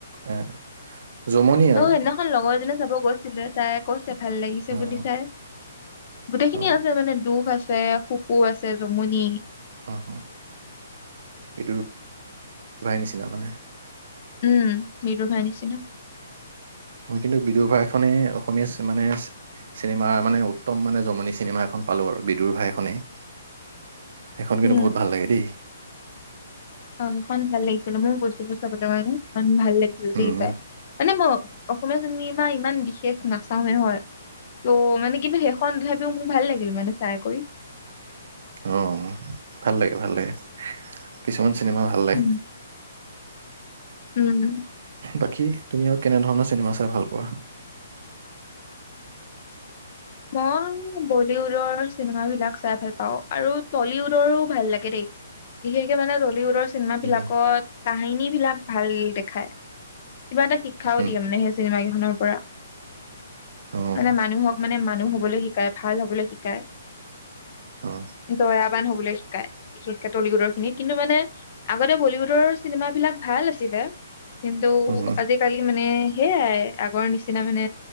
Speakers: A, on the right; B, on the left.
A: এ জমনি আৰু
B: অ' সেইদিনাখন লগৰ এজনি চাব গৈছিলে তাই কৈছে। ভাল লাগিছে
A: অ',
B: বুলি চাই গোটেইখিনি
A: অ',
B: আছে মানে দুখ আছে সুখ কু আছে যমুনি
A: অ' এইটো ভাই নিচিনা মানে
B: উম মৃদুভাইৰ নিচিনা
A: ময় কিন্তু বিদুৰ ভায় খনেই অসমীয়া মানে চিনেমা মানে উত্তম মানে জমনি চিনেমা এখন পালোঁ আৰু বিদুৰ ভাই খনেই। সেইখন
B: উম
A: কিন্তু বহুত ভাল লাগে দেই।
B: অ' সেইখন ভাল লাগিছিলে মইও গৈছিলো চাব। <unintelligible> উম ভাল লাগিছিল দে
A: উম,
B: চাই মানে মই অসমীয়া চিনেমা ইমান বিশেষ নাচাওৱে হয়। ত' মানে কিন্তু সেইখন তথাপিও মানে ভাল লাগিল মানে। চাই কৰি।
A: অ' ভাল লাগে। ভাল লাগে কিছুমান চিনেমা ভাল লাগে।
B: উম, উম।
A: বাকী তুমি আৰু কেনেধৰণৰ চিনেমা চাই ভাল পোৱা?
B: অ' বলিউডৰ চিনেমাবিলাক চাই ভাল পাওঁ। পাওঁ। আৰু টলিউডৰো ভাল লাগে। <unintelligible> বিশেষকে মানে ৰলি উদৰ চিনেমা
A: উম,
B: বিলাকত কাহিনী বিলাক ভাল দেখায়। কিবা এটা শিক্ষাও
A: উম,
B: দিয়ে মানে সেই চিনেমা <unintelligible> পৰা
A: অ',
B: মানে মানুহক মানে মানুহ হ'বলৈ শিকাই ভাল হ'বলৈ শিকায়।
A: অ'।
B: দয়াবান হবলৈ শিকায় বিশেষকে টলিউডৰ খিনি কিন্তু মানে আগতে বলিউডৰ চিনেমা বিলাক ভাল আছিল <unintelligible> কিন্তু
A: উম,
B: আজিকালি মানে সেয়াই আগৰ নিচিনা মানে